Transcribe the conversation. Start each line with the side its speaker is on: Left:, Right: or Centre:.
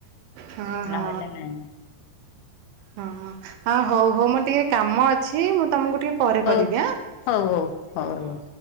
Right: ହଁ ହଁ
Left: ନହେଲେ ନାଇଁ
Right: ହଁ ଆ ହଉ ହଉ ମୁଁ ଟିକେ କାମ ଅଛି ମୁଁ ତମକୁ ଟିକେ ପରେ
Left: ହଉ
Right: କରିବି ଆଁ ହ।
Left: ହଉ ହଉ ରୁହ।